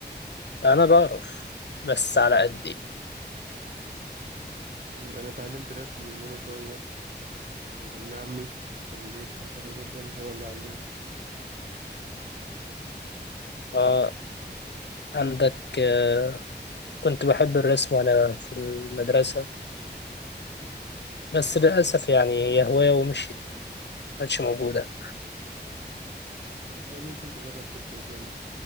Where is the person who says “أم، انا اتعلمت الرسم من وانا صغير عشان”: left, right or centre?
Right